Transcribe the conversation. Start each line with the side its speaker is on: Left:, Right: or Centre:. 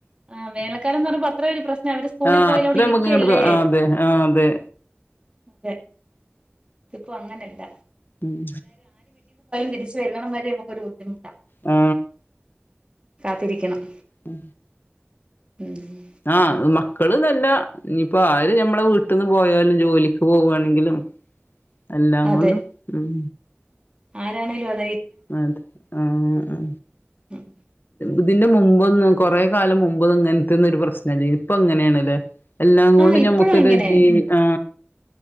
Right: ആ് വേലക്കാരംന്ന് പറയ്പോ അത്രൊ ഒരു പ്രശ്നം അവര് സ്കൂളിൽ
Left: ആ
Right: പോയലോടെ
Left: അത്ര നമ്മക്ക്
Right: ഇരിക്കല്ലേ
Left: ഇങ്ങട്ട് ആ അതെ ആ അതെ
Right: അതെ ഇതിപ്പോൊഅങ്ങനെല്ല
Left: ഉം
Right: തിരിച്ച് വല്ലണം വരെ നമു ഒരു ബുദ്ധിമുട്ടാണ്
Left: ആ
Right: കാത്തിരിക്കണം
Left: ആ
Right: ഉം
Left: ആ മ മക്കള് നല്ല ഇയിപ്പോ ആര് ഞമ്മളെ വീട്ടിൽന്ന് പോയാലും ജോലിക്ക് പോവവായാണെങ്കിലും എല്ലാം
Right: അതെ
Left: കൊണ്ടും ഉം
Right: ആരാണേലും അ
Left: അതെ ആ ആ
Right: ഉം
Left: ഇതിറെ മുമ്പ് മ്പോന്നും ഇ കൊറേകാലം മുമ്പ് ഇങ്ങനത്തെന്ന ഒരു പ്രശ്നല്ലേനു ഇപ്പൊ എങ്ങനെയാണല്ലേ എല്ലാം
Right: ആ
Left: കൊണ്ടും
Right: ഇപ്പഴും
Left: ഞമ്മുക്കൊരു
Right: ഇങ്ങനെ
Left: ജീ ആ